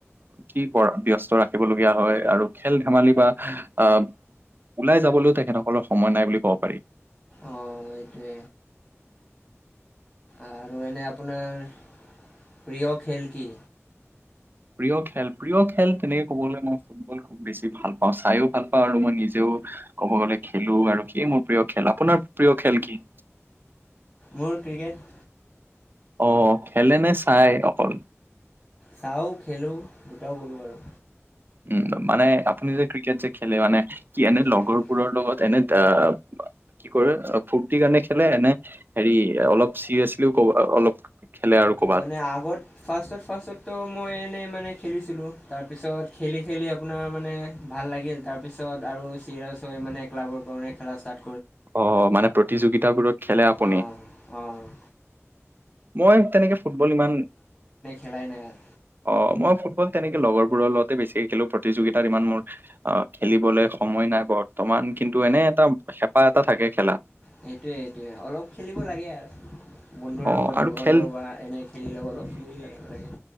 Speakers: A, on the right (about 45°); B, on the left (about 20°).
A: কি ব ব্যস্ত ৰাখিবলগীয়া হয়, আৰু খেল-ধেমালি বা আহ ওলাই যাবলৈও তেখেতসকলৰ সময় নাই বুলি ক'ব পাৰি।
B: অঁ সেইটোৱে। আৰু এনে আপোনাৰ প্ৰিয় খেল কি?
A: প্ৰিয় খেল প্ৰিয় খেল তেনেকে ক'বলৈ মই ফুটবল খুব বেছি ভাল, পাওঁ চাইও ভাল পাওঁ আৰু মই নিজেও <unintelligible> ক'ব গ'লে খেলো আৰু সেই মোৰ প্ৰিয় খেল, আপোনাৰ প্ৰিয় খেল কি?
B: মোৰ ক্ৰিকেট।
A: অ' খেলে নে চাই অকল?
B: চাওঁ খেলোঁ দুটাও কৰোঁ আৰু
A: উম' মানে আপুনি যে ক্ৰিকেট যে খেলে মানে কি এনে
B: উম, হুম।
A: লগৰবোৰৰ লগত এনে তা কি কৰে ফূৰ্তিৰ কাৰণে খেলে, এনে হেৰি অলপ চিৰিয়াচলিও কব অলপ খেলে আৰু ক'বাত
B: মানে আগত ফাষ্টত ফাষ্টতো মই এনেই মানে খেলিছিলো, তাৰপিছত খেলি-খেলি আপোনাৰ মানে ভাল লাগিল তাৰপিছত আৰু মানে ক্লাবৰ কাৰণে খেলা ষ্টাত
A: অ মানে প্ৰতিযোগিতাবোৰত খেলে আপুনি
B: অহ' অহ'
A: মই তেনেকে ফুটবল ইমান
B: খেলাই নাই আৰু
A: অ' মই ফুটবল তেনেকে লগৰবোৰৰ লগতে বেছিকে খেলো, প্ৰতিযোগিতাত ইমান মোৰ আহ খেলিবলৈ সময় নাই বৰ তমান কিন্তু এনে এটা হেঁপাহ এটা থাকে খেলা। <unintelligible>
B: সেইটোয়ে সটোয়ে, অলপ খেলিব লাগে আৰু <unintelligible> বন্ধুৰ
A: অ
B: লগত
A: আৰু
B: হ'লেও
A: খেল
B: বা এনেই খেলিলেও অলপ খেলিব লাগে।